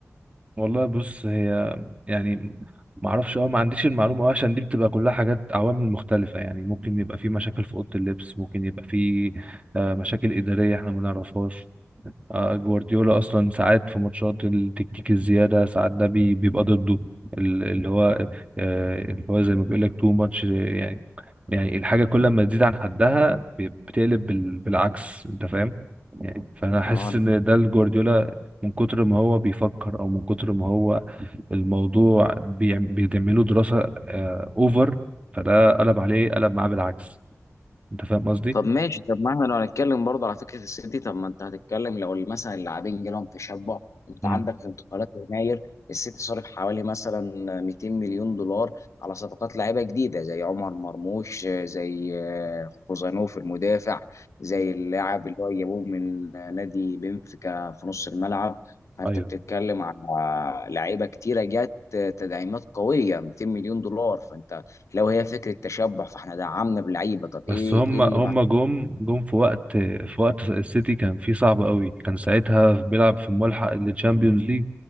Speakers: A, on the right; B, on the left.
A: والله بص هي يعني ما اعرفش اه ما عنديش المعلومه أوي عشان دي بتبقى كلها حاجات عوامل مختلفه يعني ممكن يبقى في مشاكل في اوضه اللبس ممكن يبقى في آه، مشاكل اداريه احنا ما نعرفهاش آه، جوارديولا اصلا ساعات في ماتشات التكتيك الزياده ساعات ده بي- بيبقى ضده ال- اللي هو آه، اللي هو زي ما بيقول لك تو ماتش يعني يعني الحاجه كل ما تزيد عن حدها ب- بتقلب بال- بالعكس انت فاهم يعني فانا حاسس
B: اه
A: ان ده الجوارديولا من كتر ما هو بيفكر او من كتر ما هو الموضوع بيعم- بيعمله دراسه آه، اوفر فده قلب عليه قلب معاه بالعكس انت فاهم قصدي؟
B: طب ماشي طب ما احنا لو هنتكلم برضه على فكره السيتي طب ما انت هتتكلم لو مثلا اللاعبين جالهم تشبع انت
A: امم
B: عندك في انتقالات يناير السيتي صرف حوالي مثلا 200 مليون دولار على صفقات لاعيبه جديده زي عمر مرموش زي آه، خوزانوف المدافع زي اللاعب اللي هو جابوه من آه، نادي بنفيكا في نص الملعب فانت
A: ايوه
B: بتتكلم على لعيبه كتيره جت آه، تدعيمات قويه 200 مليون دولار فانت لو هي فكره تشبع فاحنا دعمنا بلعيبه طب
A: بس
B: ايه
A: هم
B: ايه اللي
A: هم جم جم في وقت في وقت السيتي كان فيه صعب قوي كان ساعتها بيلعب في الملحق للتشامبيونز ليج